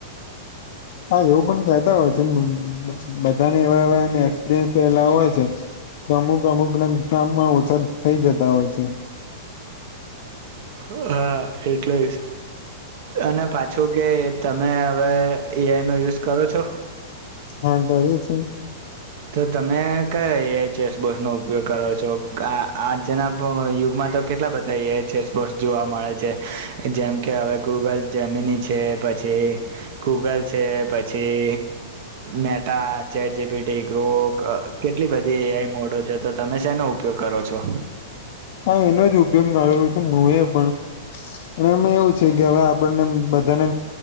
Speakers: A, on the left (about 55°); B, on the right (about 55°).
A: હા, એવું પણ કતા હોય છે બધાને એવા એવા એક્સપિરિયન્સ થયલા હોય છે. તો અમુક અમુક ના ગામમાં ઓછા થઇ જતા હોય છે.
B: હા, એટલે જ. અને પાછું કે તમે હવે એ આઈ નો યુઝ કરો છો?
A: હા, ડરે છે.
B: તો તમે કયા એ એ આઈ ચેસ બોસનો ઉપયોગ કરો છો આ-આજના યુગમાં તો કેટલા બધા તો એ આઈ છે સ્પોર્ટ્સ જોવા મળે છે જેમ કે હવે ગૂગલ જમીની છે પછી ગૂગલ છે પછી Meta, chat G P T તો ક કેટલી બધી મોડો છે. તો તમે શેનો ઉપયોગ કરો છો?
A: હા, એનો જ ઉપયોગ મા્યો છું હું એ પણ અને એમાં એવું છે કે હવે આપણને બધાને